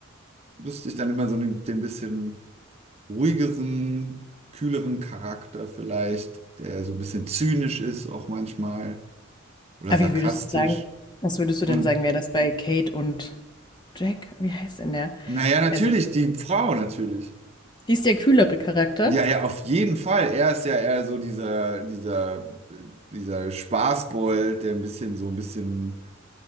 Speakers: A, on the right; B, on the left.
A: wüsste ich dann immer so den, den bisschen ruhigeren, kühleren Charakter vielleicht, der so ein bisschen zynisch ist auch manchmal oder
B: Aber
A: sarkastisch.
B: wie würdest du sagen, was würdest
A: Und
B: du denn sagen, wäre das bei Kate und Jack? Wie heißt denn der?
A: naja, natürlich,
B: Also
A: die Frau natürlich.
B: Die ist der kühlere Charakter,
A: Ja, ja, auf jeden Fall. Er ist ja eher so dieser, dieser, dieser Spaßbold, der ein bisschen so ein bisschen